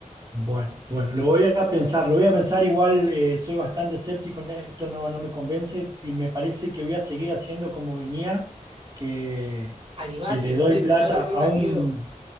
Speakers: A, on the right; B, on the right.
A: Bueno, bueno, lo voy a pensar, lo voy a pensar igual, eh, soy bastante escéptico en esto, no, no me convence y me parece que voy a seguir haciendo como venía, que,
B: Animate,
A: que le
B: no
A: doy
B: le,
A: plata
B: no le tengas
A: a un,
B: miedo.